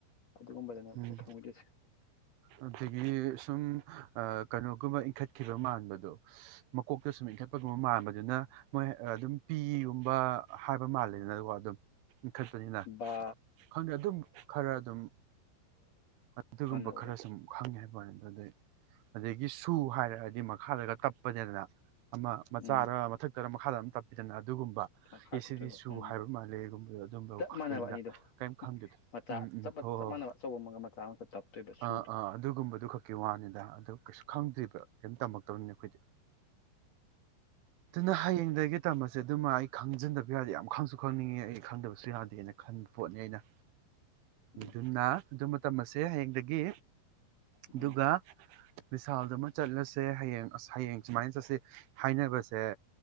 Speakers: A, on the left; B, on the right.
A: ꯑꯗꯨꯒꯨꯝꯕꯗꯅꯦꯕ
B: ꯎꯝ
A: ꯈꯔ ꯈꯪꯉꯣꯏꯗꯣꯏꯁꯦ
B: ꯑꯗꯨꯗꯒꯤ ꯁꯨꯝ ꯀꯩꯅꯣꯒꯨꯝꯕ ꯏꯟꯈꯠꯈꯤꯕ ꯃꯥꯟꯕꯗꯣ ꯃꯀꯣꯛꯇ ꯁꯨꯝ ꯏꯟꯈꯠꯄꯒꯨꯝꯕ ꯃꯥꯟꯕꯗꯨꯅ ꯃꯣꯏ ꯑꯗꯨꯝ ꯄꯤꯒꯨꯝꯕ ꯍꯥꯏꯕ ꯃꯥꯜꯂꯦꯗꯅꯀꯣ ꯑꯗꯨꯝ ꯄꯈꯠꯄꯅꯤꯅ
A: ꯕꯥ
B: ꯈꯪꯗꯦ ꯑꯗꯨꯝ ꯈꯔ ꯑꯗꯨꯝ ꯑꯗꯨꯒꯨꯝꯕ
A: ꯃꯕꯗꯣ
B: ꯈꯔ ꯁꯨꯝ ꯈꯪꯉꯦ ꯍꯥꯏꯕꯅꯤꯗ ꯑꯗꯨꯩ ꯑꯗꯒꯤ ꯁꯨ ꯍꯥꯏꯔꯛꯑꯗꯤ ꯃꯈꯥꯗꯒ ꯇꯞꯄꯅꯦꯗꯅ ꯑꯃ ꯃꯆꯥꯔ
A: ꯎꯝ
B: ꯃꯊꯛ ꯈꯔ ꯃꯈꯥꯗ ꯑꯃ ꯇꯄꯤꯖꯅꯔꯦ ꯑꯗꯨꯒꯨꯝꯕ
A: ꯃꯈꯥ
B: ꯑꯦ
A: ꯇꯞꯇꯣꯏꯕ
B: ꯁꯤꯗꯤ ꯁꯨ
A: ꯎꯝ
B: ꯍꯥꯏꯕ ꯃꯥꯜꯂꯦ ꯑꯗꯨꯒꯨꯝꯕꯗꯣ ꯑꯗꯨꯝꯕ
A: ꯆꯞ
B: ꯈꯛꯇꯅꯤꯗ
A: ꯃꯥꯟꯅꯕ ꯑꯅꯤꯗꯣ
B: ꯀꯔꯤꯝ ꯈꯪꯗꯦꯗ
A: ꯃꯆꯥ
B: ꯎꯝ ꯎꯝ
A: ꯆꯞ
B: ꯍ
A: ꯆꯞ
B: ꯍ
A: ꯃꯥꯟꯅꯕ ꯑꯆꯧꯕ ꯑꯃꯒ ꯃꯆꯥ ꯑꯃꯒ ꯇꯞꯇꯣꯏꯕ ꯁꯨꯗꯣ
B: ꯑꯥ ꯑꯥ ꯑꯗꯨꯒꯨꯝꯕꯗꯨ ꯈꯛꯀꯤ ꯋꯥꯅꯤꯗ ꯑꯗꯨ ꯀꯩꯁꯨ ꯈꯪꯗ꯭ꯔꯤꯕ ꯀꯔꯤꯝ ꯇꯝꯃꯛꯇꯕꯅꯤ ꯑꯩꯈꯣꯏꯗꯤ ꯑꯗꯨꯅ ꯍꯌꯦꯡꯗꯒꯤ ꯇꯝꯝꯕꯁꯦ ꯑꯗꯨꯃ ꯑꯩ ꯈꯪꯖꯟꯗꯕ ꯌꯥꯗꯦ ꯌꯥꯝ ꯈꯪꯁꯨ ꯈꯪꯅꯤꯡꯉꯦ ꯑꯩ ꯈꯪꯗꯕꯁꯨ ꯌꯥꯗꯦꯅ ꯈꯟꯕ ꯄꯣꯠꯅꯤ ꯑꯩꯅ
A: ꯎꯝ
B: ꯑꯗꯨꯅ ꯑꯗꯨ ꯃꯇꯝ ꯑꯁꯦ ꯍꯌꯦꯡꯗꯒꯤ
A: ꯎꯝ
B: ꯑꯗꯨꯒꯗꯨꯒ ꯃꯤꯁꯥꯜꯗ ꯑꯃ ꯆꯠꯂꯁꯦ ꯍꯌꯦꯡ ꯑꯁ ꯍꯌꯦꯡ ꯁꯨꯃꯥꯏꯅ ꯆꯠꯁ ꯍꯥꯏꯅꯕꯁꯦ